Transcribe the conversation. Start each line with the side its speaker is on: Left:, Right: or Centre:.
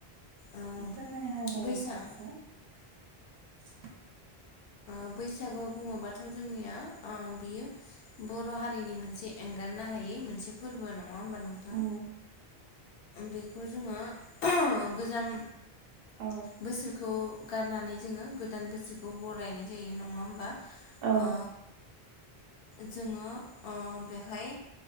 Left: ओ
Right: थारमाने <unintelligible>
Left: बैसाग बैसागो बुङोबाथ' जोंनिया ओ बियो बर' हारिनि मोनसे एंगार नो हायि मोनसे फोरबो नङा होनबा नोंथां?
Right: उम
Left: बेखौ जोङो गोजाम
Right: औ
Left: बोसोरखौ गारनानै जोङो गोदान बोसोरखौ बरायनाय जायो नङा होमबा?
Right: औ।
Left: ओ जोङो ओ बेहाय